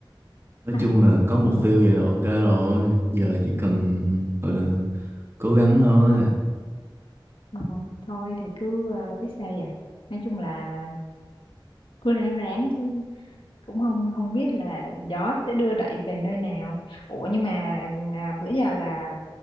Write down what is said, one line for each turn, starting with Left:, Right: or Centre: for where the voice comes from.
Right: nói
Left: Ai,
Right: chung là có mục tiêu vậy là ok rồi giờ chỉ cần gọi là cố gắng thôi
Left: ờ, thôi thì cứ ờ, biết sao giờ. Nói chung là cứ ráng ráng chứ cũng không không biết là gió sẽ đưa đẩy về nơi nào ủa nhưng mà à, bữa giờ là